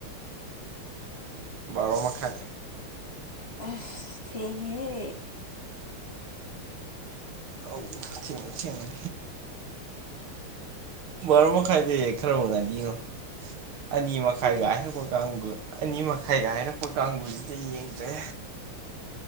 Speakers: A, on the right (about 75°); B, on the left (about 30°).
A: ꯔꯣ ꯃꯈ ꯃꯈꯥꯏ
B: ꯑ ꯊꯦꯡꯉꯦ
A: ꯑꯧ ꯊ ꯊꯃꯅꯤ ꯕꯥꯨ ꯃꯈꯥꯏꯗ ꯈꯔꯕꯨ ꯉꯥꯅꯤꯉꯣ ꯑꯅꯤ ꯃꯈꯥꯏꯒ
B: ꯎꯝ
A: ꯍꯥꯏꯔꯛꯄ ꯀꯥꯡꯗꯨ ꯑꯅꯤ ꯃꯈꯥꯏꯒ ꯍꯥꯏꯔꯛꯄ ꯀꯥꯡꯕꯨꯁꯤꯗ ꯌꯦꯡꯗ꯭ꯔꯦ